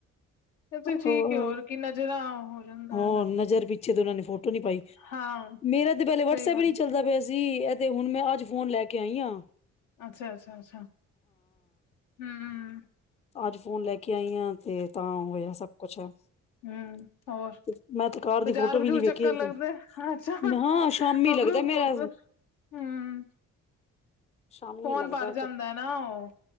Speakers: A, on the left (about 85°); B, on the left (about 20°).
A: ਤੇ ਠੀਕ
B: ਹੋਰ
A: ਹੈ ਕਿ ਨਜ਼ਰਾ ਹੋ ਜਾਂਦਾ
B: -ਹੋਰ ਨਜ਼ਰ ਪਿੱਛੇ ਤੇ ਉਹਨਾਂ ਨੇ ਫੋਟੋ ਨਹੀਂ ਪਾਈ।
A: ਹਾਂ
B: ਮੇਰਾ ਤੇ ਪਹਿਲੇ
A: ਸਹੀ
B: ਵਟਸਐਪ
A: ਗੱਲ
B: ਈ ਨੀ ਚੱਲਦਾ ਪਿਆ ਸੀ ਏ ਤੇ ਹੁਣ ਮੈਂ ਅੱਜ ਫੋਨ ਲੈ ਕੇ ਆਈ ਆਂ।
A: ਅੱਛਾ-ਅੱਛਾ-ਅੱਛਾ ਹੂੰ ਹੂੰ
B: ਅੱਜ ਫੋਨ ਲੈ ਕੇ ਆਈ ਆ ਤੇ ਤਾਂ ਹੋਇਆ ਸਭ ਕੁੱਛ ਤੇ
A: ਹਮ ਹੋਰ
B: ਮੈਂ ਤੇ ਕਾਰ
A: ਬਾਜ਼ਾਰ
B: ਦੀ ਫੋਟੋ
A: ਬਜੂਰ
B: ਵੀ ਨੀ ਵੇਖੀ
A: ਚੱਕਰ
B: ਹਜੇ
A: ਲੱਗਦੇ
B: ਤਕ
A: ਅੱਛਾ
B: <unintelligible>
A: ਉਹ
B: ਸ਼ਾਮੀ ਲੱਗਦਾ
A: ਗਰੁੱਪ
B: ਮੇਰਾ
A: ਹਮ
B: ਸ਼ਾਮੀ
A: ਫੋਨ
B: ਲੱਗਦਾ
A: ਭਰ ਜਾਂਦਾ
B: ਚ
A: ਨਾ ਓ